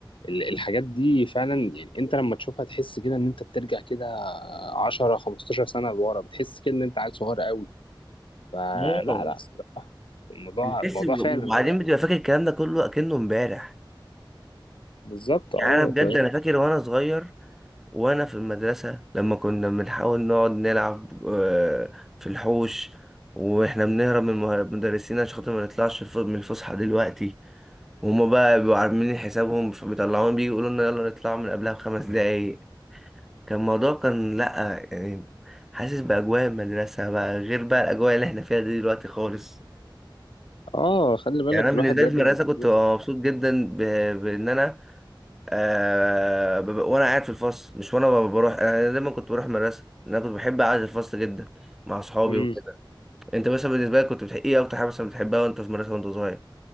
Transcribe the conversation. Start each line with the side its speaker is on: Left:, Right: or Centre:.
Left: ال- الحاجات دي فعلا يعني انت لما تشوفها تحس كده ان انت بترجع كده 10 15 سنه لورا بتحس كده ان انت عيل صغير قوي فلا
Centre: اه
Left: لا لا، الموضوع
Centre: البس
Left: الموضوع فعلا
Centre: وبعدين
Left: فرق
Centre: بتبقى
Left: قوي
Centre: فاكر الكلام ده كله اكنه امبارح
Left: بالظبط
Centre: يعني
Left: اه
Centre: انا بجد
Left: فاهم
Centre: انا فاكر وانا صغير وانا في المدرسه لما كنا بنحاول نقعد نلعب آه، في الحوش واحنا بنهرب من المدرسين عشان خاطر ما نطلعش الف- من الفسحه دلوقتي وهما بقى بيبقوا عاملين حسابهم فبيطلعونا بيجي يقولوا لنا يلا نطلع من قبلها بخمس دقايق كان الموضوع كان لأ يعني حاسس بأجواء المدرسة بقى غير بقى الأجواء اللي احنا فيها دي دلوقتي خالص
Left: اه خلي بالك
Centre: يعني أنا
Left: الواحد
Centre: بالنسبة
Left: دلوقتي
Centre: لي في المدرسة
Left: بقى مسؤول
Centre: كنت ببقى مبسوط جدا ب- بإن أنا آه ببقى- وانا قاعد في الفصل مش وانا ب- بروح انا دايما كنت بروح المدرسه لأن انا كنت بحب قعده الفصل جدا مع اصحابي
Left: امم
Centre: وكده انت مثلا بالنسبه لك كنت بتحب ايه اكتر حاجه مثلا بتحبها وانت في المدرسه وانت صغير